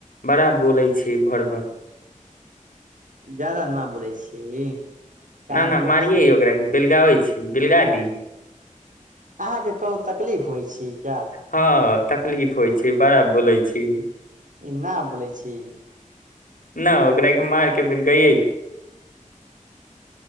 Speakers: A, on the left (about 80°); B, on the right (about 75°).
A: बड़ा बोलै छै भर भर
B: ज्यादा न बोलै छियै काम
A: ना ना
B: करै
A: मारिए
B: छी
A: ओकराके बेलगाबै छी बिलगादी
B: अहाँके कोनो तकलीफ होइ छी क्या
A: हँ तकलीफ होइ छै बड़ा बोलै छै कि
B: ई ना बोलै छी
A: ना ओकरा के मार के बेलगैयै